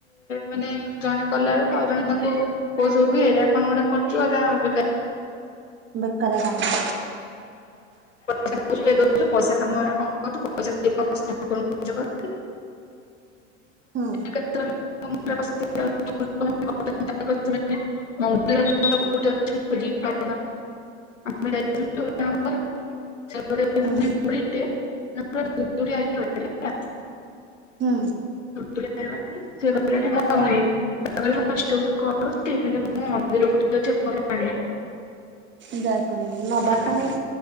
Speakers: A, on the left (about 80°); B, on the right (about 30°).
A: ମାନେ ଜଣେ କଲା ବେଳକୁ ଆଉ ଜଣେ ତାଙ୍କୁ କୋଉ ସବୁ ଏରା କଣ ଗୋଟେ କରଚୁ ଏରା ବେକା
B: ବେକାରିଆ କାମ।
A: ପଇସା ରଖୁଚୁ ଇଏ କରଚୁ ପଇସା କାମ ଉରା କଣ କରୁଚୁ। <unintelligible> ପଇସା ଠାକୁରଙ୍କୁ ପୂଜା କରୁଚୁ।
B: ହଁ।
A: କେତେବେଳେ ମୁଣ୍ଡରେ ପଶିକି <unintelligible> ଆମେ ଯାଇଥିଲୁ <unintelligible>
B: ହୁଁ ହୁଁ।
A: <unintelligible> <unintelligible> ଇଷ୍ଟ ବୁତି କରୁଚି ସେଇଥିପାଇଁ ମୁଁ ମନ୍ଦିରକୁ ଟିକେ ଏ ପର୍ଯ୍ୟନ୍ତ ଯାଇନି।
B: ଯାଇପାରୁନି ନବା
A: ହଁ।
B: ପାଇଁ